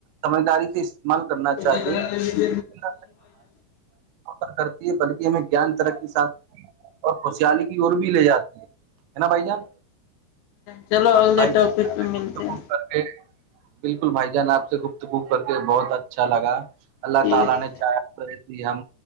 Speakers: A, on the right (about 80°); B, on the left (about 75°).
A: سمجھداری سے اس استعمال کرنا
B: جی
A: چاہیے <unintelligible> ر کرتی ہے بلکہ ہمیں گیان ترقی ساتھ اور خوشحالی کی اور بھی لے جاتی ہےا بائی جان
B: چلو اگلے
A: بھائی
B: ٹاپک
A: جان آپ
B: پہ
A: سے
B: ملتے
A: گفتگو
B: ہیں
A: کر بالکل بھائی جان آپ سے گفت گوب کر کے بہت اچھا لگا <unintelligible> <unintelligible>
B: ٹھیک ہے
A: ایس ہی ہم